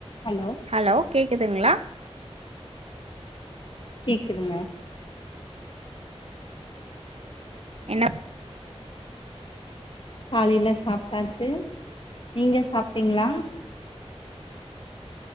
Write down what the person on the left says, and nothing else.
hello
கேக்குதுங்க
காலைல சாப்ட்டாச்சு நீங்க சாப்ட்டீங்ளா